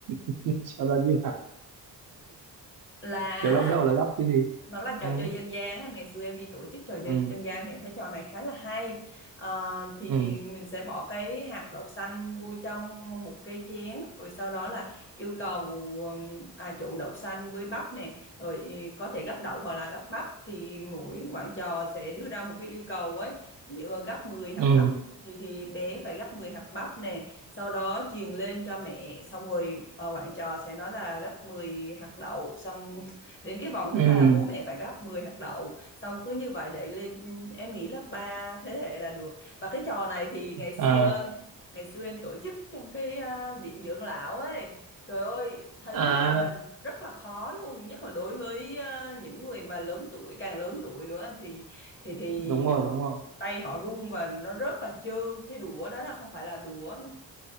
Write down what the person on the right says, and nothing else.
<laughs> sau đó như nào
Kiểu gấp đâu là gấp cái gì
ừ,
ừ,
ừ,
ừ,
ừ.
À,
à
đúng rồi đúng rồi